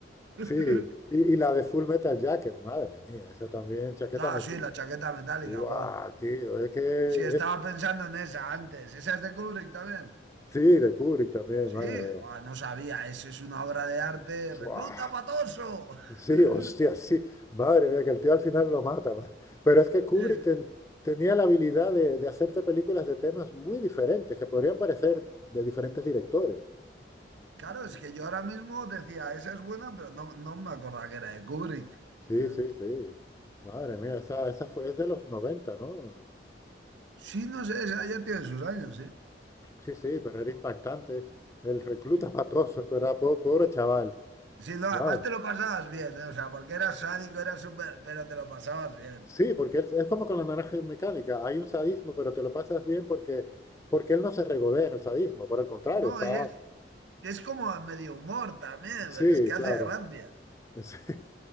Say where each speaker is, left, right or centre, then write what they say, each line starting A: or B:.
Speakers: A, on the right; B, on the left.
A: <laughs>
B: Sí, y, y la de Full Metal Jacket, madre mía, esa también, chaqueta
A: Ah,
B: metida.
A: sí, la chaqueta metálica,
B: Guau,
A: vos.
B: tío, es que
A: Sí, estaba
B: es-
A: pensando en esa antes. ¿Esa es de Kubrick también?
B: sí, de Kubrick también,
A: Sí,
B: madre mía.
A: ah, no sabía. Eso es una obra de arte. ¡Recluta
B: Guau,
A: patoso!
B: sí,
A: <laughs>
B: hostia, sí, madre mía, que el tío al final lo mata. ma- Pero es que Kubrick
A: Sí, es-
B: ten- tenía la habilidad de, de hacerte películas de temas muy diferentes, que podrían parecer de diferentes directores.
A: Claro, es que yo ahora mismo decía, esa es buena, pero no, no me acordaba que era de Kubrick.
B: Sí,
A: <laughs>
B: sí, sí. Madre mía, esa, esa fue, es de los 90, ¿no?
A: Sí, no sé, esa ya tiene sus años, sí.
B: Sí, sí, pero era impactante. El recluta
A: Sí.
B: matoso, es verdad, po- pobre chaval.
A: Sí, no, además
B: Vale.
A: te lo pasabas bien, ¿eh? O sea, porque eras sádico, eras súper, pero te lo pasabas bien.
B: Sí, porque es, es como con la naranja mecánica. Hay un sadismo, pero te lo pasas bien porque, porque él no se regodea en el sadismo. Por el contrario,
A: No,
B: está...
A: y es, y es como a medio humor también,
B: Sí,
A: porque es que hace
B: claro.
A: gracia.
B: <laughs>